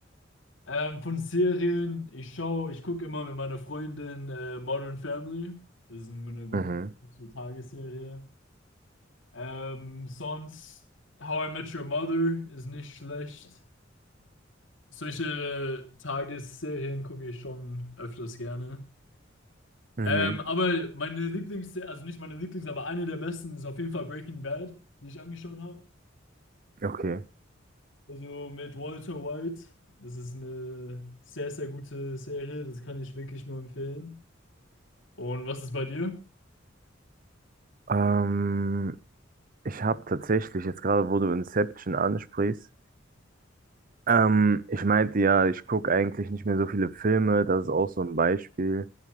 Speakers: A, on the left (about 75°); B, on the right (about 45°).
A: Ähm, von Serien, ich schaue, ich gucke immer mit meiner Freundin äh, Modern Family. Das ist eine gute
B: Mhm.
A: Tagesserie. Ähm, sonst How I Met Your Mother ist nicht schlecht. Solche Tagesserien gucke ich schon öfters gerne.
B: Mhm.
A: Ähm, aber meine Lieblings, also nicht meine Lieblings, aber eine der besten ist auf jeden Fall Breaking Bad, die ich angeschaut habe.
B: Okay.
A: Also mit Walter White, das ist eine sehr, sehr gute Serie, das kann ich wirklich nur empfehlen. Und was ist bei dir?
B: Ähm, ich habe tatsächlich jetzt gerade, wo du Inception ansprichst, Ähm, ich meinte ja, ich gucke eigentlich nicht mehr so viele Filme, das ist auch so ein Beispiel.